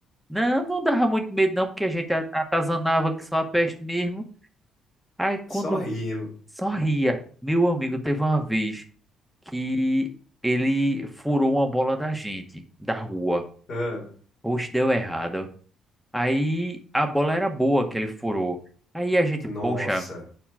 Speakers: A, in the centre; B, on the left.
A: Não, não dava muito medo não, porque a gente a- atazanava que só a peste mesmo. Aí quando
B: Só rindo.
A: só ria. Meu amigo, teve uma vez que ele furou uma bola da gente, da rua.
B: Hã?
A: Poxa, deu errado. Aí a bola era boa que ele furou. Aí a gente,
B: Nossa.
A: poxa.